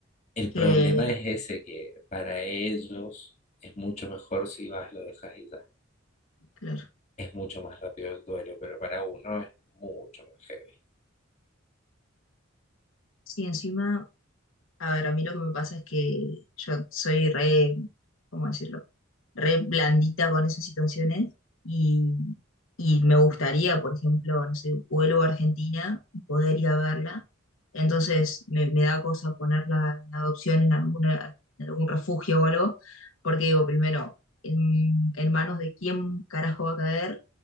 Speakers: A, on the left; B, on the left.
A: el
B: Que,
A: problema es ese, que para ellos es mucho mejor si vas, lo dejas y ya.
B: claro.
A: es mucho más rápido el duelo, pero para uno es mucho más heavy.
B: Sí, encima, a ver, a mí lo que me pasa es que yo soy re, ¿cómo decirlo? Re blandita con esas situaciones y, y me gustaría, por ejemplo, no sé, vuelvo a Argentina y poder ir a verla. Entonces me, me da cosa ponerla en adopción en alguna, en algún refugio o algo, porque digo, primero, en, en manos de quién carajo va a caer